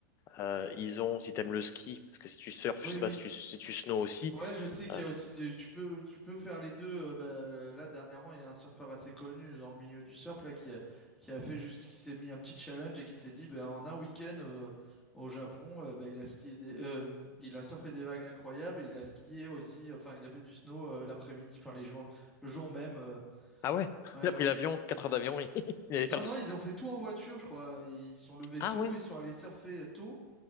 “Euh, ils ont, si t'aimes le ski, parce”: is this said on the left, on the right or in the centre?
Left